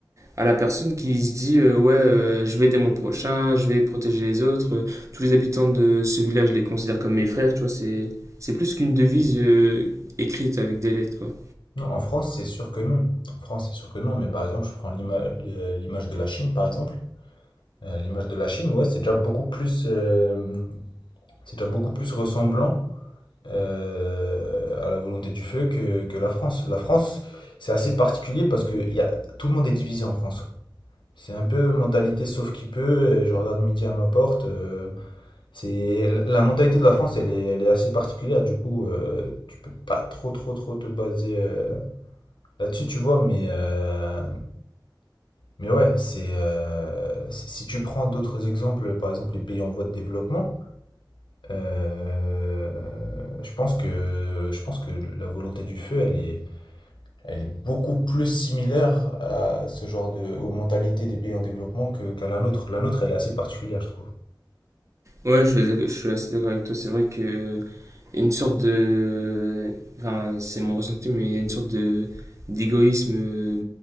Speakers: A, on the right (about 40°); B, on the left (about 80°).
A: à la personne qui se dit euh, ouais euh, je vais aider mon prochain, je vais protéger les autres, euh, tous les habitants de ce village je les considère comme mes frères, tu vois, c'est c'est plus qu'une devise euh, écrite avec des lettres quoi.
B: Non, en France, c'est sûr que non. En France, c'est sûr que non. Mais par exemple, je prends l'ima- le- l'image de la Chine, par exemple. Euh, l'image de la Chine, ouais, c'est déjà beaucoup plus, euh, c'est déjà beaucoup plus ressemblant euh, à la volonté du feu que, que la France. La France, c'est assez particulier parce que il y a, tout le monde est divisé en France. C'est un peu mentalité sauf qui peut. euh, Je regarde midi à ma porte. euh, c'est la mentalité de la France, elle est, elle est assez particulière. Du coup, euh, tu peux pas trop, trop, trop te baser. euh, Là-dessus, tu vois, mais, euh, mais ouais, c'est euh, si si tu prends d'autres exemples, par exemple les pays en voie de développement, euh, je pense que, je pense que la volonté du feu, elle est, elle est beaucoup plus similaire à ce genre de, aux mentalités des pays en développement que, qu'à la nôtre. La nôtre, elle est assez particulière, je trouve.
A: Ouais, je, suis- je suis assez d'accord avec toi, c'est vrai que il y a une sorte de enfin c'est mon ressenti mais il y a une sorte de d'égoïsme euh,